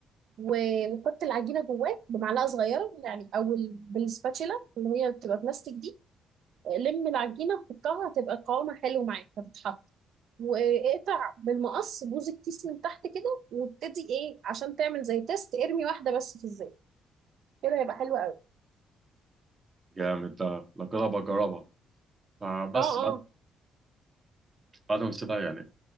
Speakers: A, on the right; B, on the right.
A: و- وحط العجينه جواه بمعلقه صغيره يعني او ال- بالسباتشيلا اللي هي بتبقى بلاستيك دي لم العجينه حطها هتبقى قوامها حلو معاك هتتحط واقطع بالمقص بوز الكيس من تحت كده وابتدي ايه عشان تعمل زي تيست ارمي واحده بس في الزيت كده يبقى حلو قوي
B: جامد ده لو كده بجربها فبس
A: اه اه
B: بعد بعد ما بسيبها يعني